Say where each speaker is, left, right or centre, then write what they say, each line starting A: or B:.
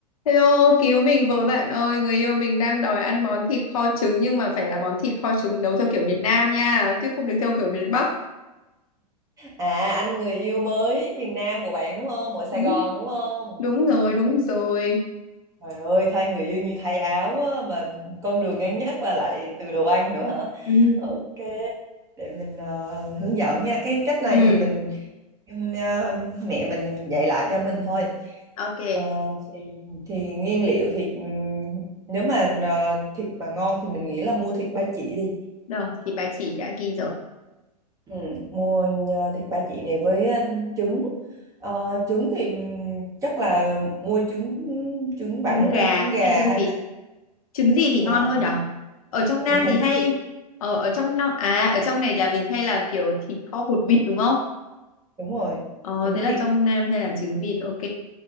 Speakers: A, on the left; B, on the right.
A: Hello, cứu mình với bạn ơi, người yêu mình đang đòi ăn món thịt kho trứng nhưng mà phải là món thịt kho trứng nấu theo kiểu miền Nam nha, chứ không được theo kiểu miền Bắc.
B: À anh người yêu mới miền Nam của bạn đúng không? Ở Sài
A: Đúng,
B: Gòn đúng không?
A: đúng rồi, đúng rồi.
B: Trời ơi thay người yêu như thay áo á, mà con đường ngắn nhất là lại từ đồ ăn nữa hả?
A: <laughs> Ừ,
B: Ok để mình ờ, hướng dẫn nha. Cái cách này
A: ừ,
B: thì mình em, ờ, mẹ mình dạy lại cho mình thôi.
A: ok.
B: Ờ, thì thì nguyên liệu thì ừm, nếu mà ờ, thịt mà ngon thì mình nghĩ là mua thịt ba chỉ đi.
A: Rồi, thì bà chỉ đã ghi rồi.
B: Ừ, mua nhờ thịt ba chỉ này với ờ, trứng Ờ, trứng thì ừm, chắc là mua trứng trứng bạn
A: Trứng
B: muốn
A: gà
B: ăn trứng gà
A: hay trứng
B: hay
A: vịt?
B: là
A: Trứng gì thì
B: ờ,
A: ngon hơn nhở? Ở trong Nam
B: mình thấy
A: thì hay,
B: trứng vịt
A: ờ, ở trong nó à, ở trong này là mình hay làm kiểu thịt kho hột vịt đúng không?
B: đúng rồi
A: Ờ,
B: trứng
A: thế là
B: vịt
A: trong Nam hay làm trứng vịt, ok.